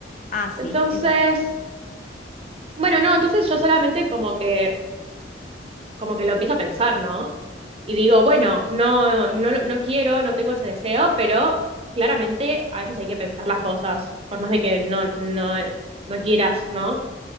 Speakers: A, on the left; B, on the right.
A: Ah, sí,
B: Entonces,
A: ese es otra.
B: bueno, no, entonces yo solamente como que... como que lo empiezo a pensar, ¿no? Y digo, bueno, no, no, lo- no quiero, no tengo ese deseo, pero claramente a veces hay que pensar las cosas, por más de que no, no, no quieras, ¿no?